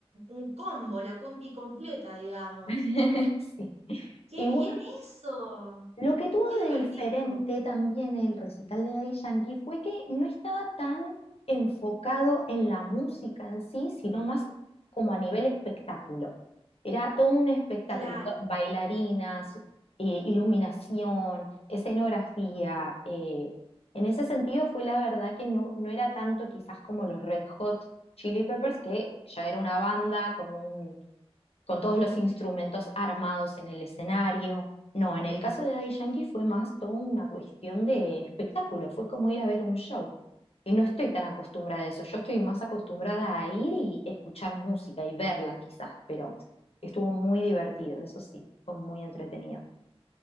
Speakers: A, on the right; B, on the left.
A: un combo, la combi completa, digamos.
B: <laughs> Sí.
A: ¡Qué
B: Igual
A: bien eso!
B: Lo que tuvo
A: ¡Qué divertido!
B: de diferente también el recital de Daddy Yankee fue que no estaba tan enfocado en la música en sí, sino más como a nivel espectáculo. Era todo un espectáculo,
A: Claro.
B: to- bailarinas, eh, iluminación, escenografía. eh, En ese sentido fue la verdad que no, no era tanto quizás como los Red Hot Chili Peppers, que ya era una banda con un con todos los instrumentos armados en el escenario. No, en el caso de Daddy Yankee fue más toda una cuestión de espectáculo, fue como ir a ver un show. Y no estoy tan acostumbrada a eso, yo estoy más acostumbrada a ir y escuchar música y verla quizás, pero estuvo muy divertido, eso sí, fue muy entretenido.